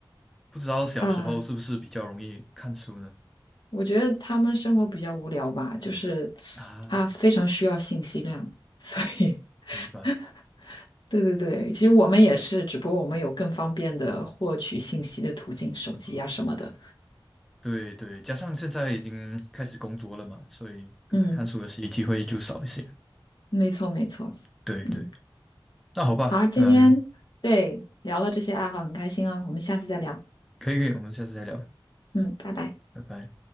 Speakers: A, in the centre; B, on the left.
A: 不知道小时候是不是比较容易看书呢？
B: 啊。我觉得他们生活比较无聊吧，就是
A: 啊，
B: 他非常需要信息量，所以
A: 明白。
B: <laughs> 对对对，其实我们也是，只不过我们有更方便的获取信息的途径，手机啊什么的。
A: 对对，加上现在已经开始工作了嘛，所以可能看书的时机会就少一些。
B: 嗯，没错没错。
A: 对对，
B: 嗯，
A: 那好吧，
B: 好，今天对聊了这些爱好，
A: 嗯，
B: 很开心哦，我们下次再聊。
A: 可以，我们下次再聊，
B: 嗯，拜拜。
A: 拜拜。